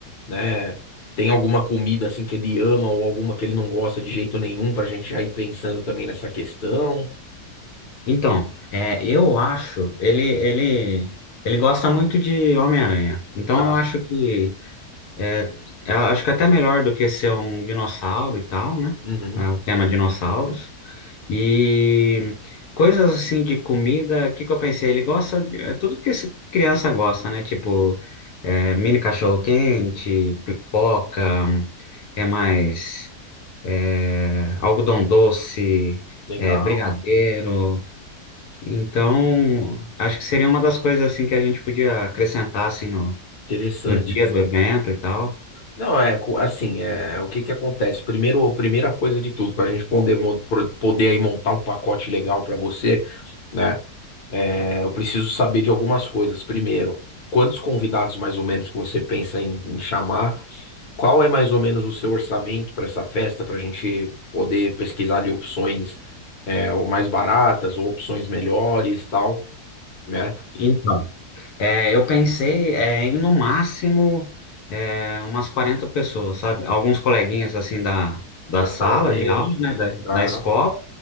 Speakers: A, on the left; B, on the left.
A: né? Tem alguma comida assim que ele ama ou alguma que ele não gosta de jeito nenhum pra gente já ir pensando também nessa questão.
B: Então, é, eu acho, ele, ele, ele gosta muito de Homem-Aranha. Então
A: Tá.
B: eu acho que É, eu acho que até melhor do que ser um dinossauro e tal, né?
A: Uhum.
B: Ah, O tema dinossauros. E coisas assim de comida, o que que eu pensei? Ele gosta de é tudo que esse criança gosta, né? Tipo, é, mini cachorro-quente, pipoca, hum, que mais? É, algodão doce,
A: Legal,
B: é, brigadeiro. Então, acho que seria uma das coisas assim que a gente podia acrescentar assim, no,
A: interessante.
B: no dia do evento e tal.
A: Não, é co- assim, é o que que acontece? Primeiro, primeira coisa de tudo, para a gente poder, mo- pro- poder aí montar um pacote legal para você. né? É, eu preciso saber de algumas coisas. Primeiro, quantos convidados mais ou menos que você pensa em, em chamar? Qual é mais ou menos o seu orçamento para essa festa, para a gente poder pesquisar ali opções é, ou mais baratas ou opções melhores, tal, né?
B: Então. É, eu pensei é, em no máximo é, umas 40 pessoas, sabe? Alguns coleguinhas assim da, da
A: Da
B: sala
A: sala dele.
B: de aula, né? Da,
A: Tá,
B: da escola